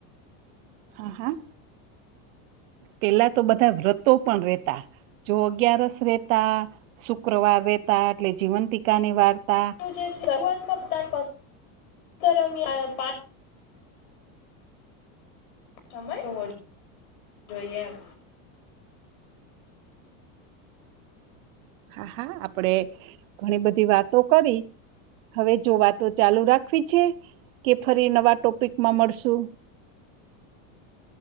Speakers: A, on the right; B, on the left.
A: હા, હા. પેલા તો બધા વ્રતો પણ રહેતા. જો અગિયારસ રહેતા, શુક્રવાર રહેતા એટલે જીવંતીકાની વાર્તા
B: <unintelligible> સમય હોો જોઈએ એમ
A: હા હા આપડે ઘણી બધી વાતો કરી હવે જો વાતો ચાલુ રાખવી છે કે ફરી નવા ટોપિકમાં મળશું